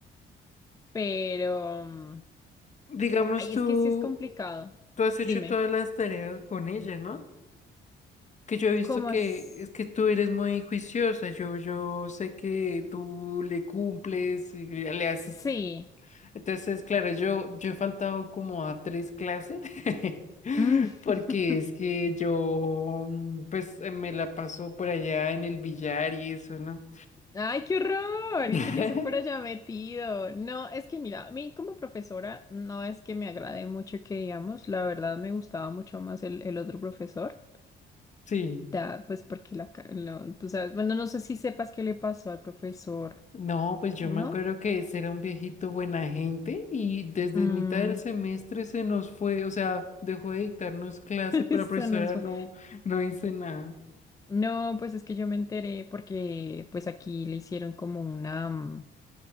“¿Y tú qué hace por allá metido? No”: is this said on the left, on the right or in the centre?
Left